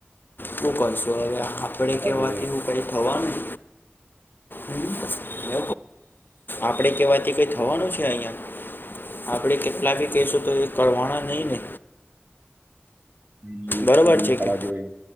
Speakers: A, on the left (about 55°); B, on the right (about 45°).
A: શું કરશું હવે આપડે
B: કરવા
A: કેવાથી
B: જોઈએ
A: હું ક થવાનું એવું ક છું આપડે કેવા કઈ થવાનું છે અહિયાં. આપડે કેટલા બી કશું તો કરવાના નહીં ને.
B: કમ
A: બરોબર
B: નિયમ
A: છે
B: કાઢવા
A: કે
B: જોઈએ